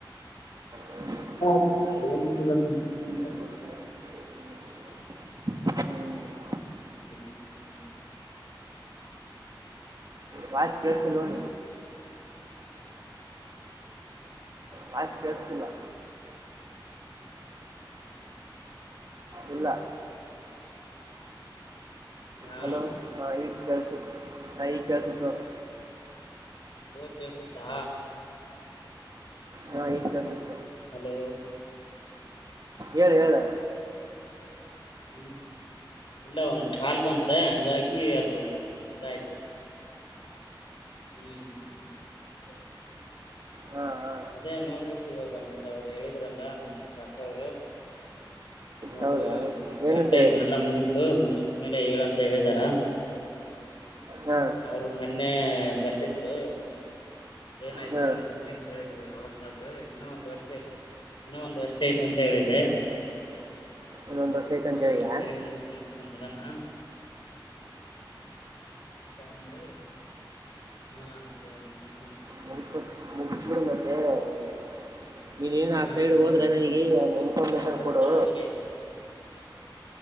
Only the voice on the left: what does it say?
ಗೊತ್ತಾಗ್ತಿಲ್ಲ ಏನ್ ಮಾಡ್ಬೇಕಂತ
ಹ
ಹಾ
ಇವಾಗ ಕೇಳ್ಸುತ್ತಾ
ಹಲೋ
ಹ್ಮ್ ಇಲ್ಲ ಒಂದು ಕಾಲ್ ಬಂತೆ ಹಂಗಾಗಿ ಅದು ಇದಾಯ್ತು ಹ್ಮ್
ಅದೇ ನೋಡ್ಬೇಕು ಇವಾಗ ಮತ್ತ ಅವ್ರು ಹೇಳಿದ್ರಲ್ಲ ನಮ್ಮಕ್ಕ ಅಕ್ಕ ಅವರು ನೋಡು
ನೀಗ್
ಕರೆಕ್ಟಲ್ಲ
ಮುಗಸು ಮುಗಸಿದ್ಮೇಲೆ ಹೇಳಂತ ಹೇಳಿದಾರ.
ಅವರು ಮೊನ್ನೆ ಬಂದಿದ್ರು ಏನಾಯ್ತು
ನಿಂದ್ ಅಂತ್ ಕೇಳಿದ್ರು ಅವತ್ತಾದ್ರು ಇನ್ನೊ ಒಂದ ವರ್ಷ ಇನ್ನೊ ಒಂದ್ ವರ್ಷ ಐತಂತ ಹೇಳಿದ್ ದೆ
ಹ್ಮ್
ಸರಿ ಮುಗಸು ಮುಗಸು ನೋಡೋಣ. ಅಂತ ಅಂದ್ರ ಹ್ಮ್ <unintelligible>
ಹಾ
ಮತ್ತೆ
ಇಂಟರ್ನ್ಶಿಪ್
ಎಲ್ಲ
ಮತ್ತೆ ಬರುತ್ತಲ್ಲ
ಅಲ್ಲಿಗೆ